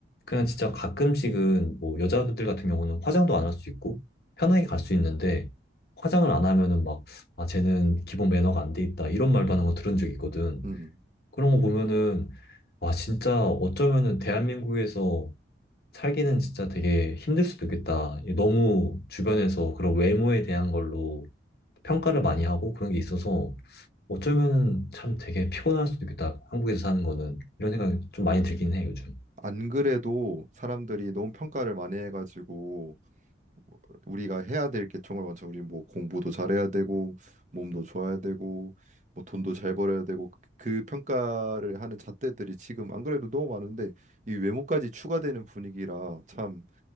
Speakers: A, on the left (about 55°); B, on the right (about 40°).
A: 그냥 진짜 가끔씩은 뭐 여자분들 같은 경우는 화장도 안 할 수 있고 편하게 갈 수 있는데 화장을 안 하면은 막 아, 쟤는 기본 매너가 안 돼 있다 이런 말도 하는 거 들은 적 있거든.
B: 음. 음.
A: 그런 거 보면은 와 진짜 어쩌면은 대한민국에서 살기는 진짜 되게 힘들 수도 있겠다. 너무 주변에서 그런 외모에 대한 걸로 평가를 많이 하고 그런 게 있어서 어쩌면 참 되게 피곤할 수도 있겠다. 한국에서 사는 거는. 이런 생각이 좀 많이 들긴 해, 요즘.
B: 안 그래도 사람들이 너무 평가를 많이 해가지고 우리가 해야 될 게 정말 많죠. 우리 뭐 공부도 잘해야 되고 몸도 좋아야 되고 뭐 돈도 잘 벌어야 되고 그, 그 평가를 하는 잣대들이 지금 안 그래도 너무 많은데 이 외모까지 추가되는 분위기라 참